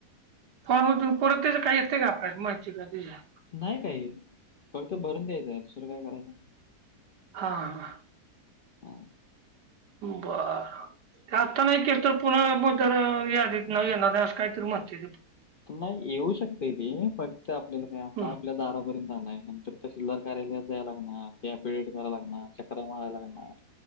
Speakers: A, on the right; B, on the left.
A: फॉर्मधून परत त्याच काय येते का आपल्याला माहिती आहे का त्या.
B: नाही काही फक्त भरून द्यायचंय दुसरं काय करायचं.
A: हा.
B: हो.
A: बर. आत्ता नाही केल तर पुन्हा मग जर या देत न ये ना नाही असं काहीतरी मस्ते.
B: नाही येऊ शकते तेी फक्त आपल्याला काय आता
A: हम्म.
B: आपल्या दारापर्यंत आणय नंतर. तहशीलदार कार्यालयात जायला लागणार या पिड कराव लागणार चक्र माराव लागणार.